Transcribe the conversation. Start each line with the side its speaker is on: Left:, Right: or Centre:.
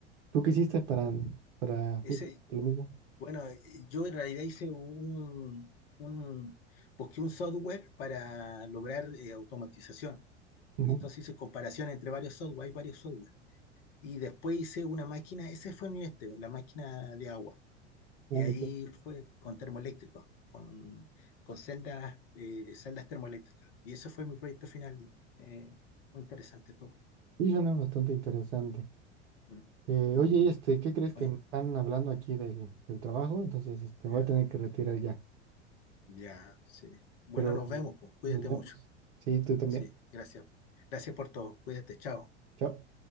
Right: ¿Tú qué hiciste para, para
Left: Ese,
Right: justo lo mismo?
Left: bueno, eh, yo en realidad hice un, un, busqué un software para lograr eh, automatización.
Right: Ujú.
Left: Y Entonces hice comparación entre varios software, hay varios software. Y después hice una máquina, ese fue mi este, la máquina de agua.
Right: Ah,
Left: Y
Right: ok.
Left: ahí fue con termoeléctricos, con, con celdas, eh, celdas termoeléctricas. Y ese fue mi proyecto final. eh, muy interesante todo.
Right: Sí, suena bastante interesante.
Left: Mm,
Right: Eh,
Left: mm.
Right: oye, y este, ¿qué crees que
Left: Oye,
Right: me están hablando aquí del, del trabajo? Entonces, este,
Left: ya,
Right: voy a tener que retirar ya.
Left: ya, sí. Bueno,
Right: Pero
Left: nos vemos, pues. Cuídate
Right: nos vemos.
Left: mucho.
Right: Sí, tú también.
Left: Sí, gracias. Gracias por todo. Cuídate, chao.
Right: Chao.